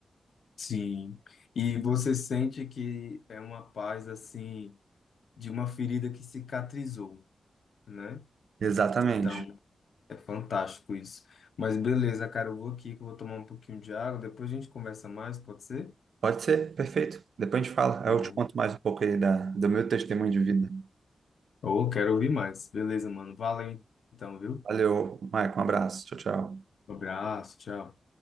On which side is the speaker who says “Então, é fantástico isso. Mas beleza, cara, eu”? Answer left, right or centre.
Left